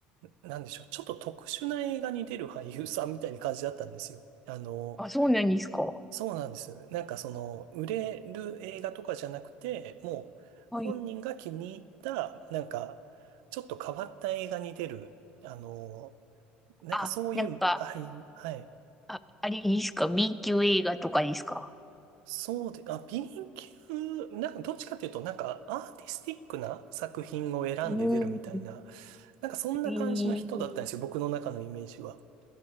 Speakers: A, on the right (about 75°); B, in the centre.
A: なんでしょう、ちょっと特殊な映画に出る俳優さんみたいな感じだったんですよ。あの、
B: あ、そうなんですか。
A: そうなんです。なんかその、売れる映画とかじゃなくて、もう本人が気に入った、
B: はい。
A: なんか、ちょっと変わった映画に出る、あの、なんかそういう俳優、
B: あ、なんか、
A: はい。
B: あ、あれですか ?B 級映画とかですか
A: そうで、あ、B&Q、なんかどっちかっていうと、なんかアーティスティックな作品を選んで出るみたいな、
B: うん、
A: なんかそんな感じの人だったんですよ、
B: えー
A: 僕の中のイメージは。だか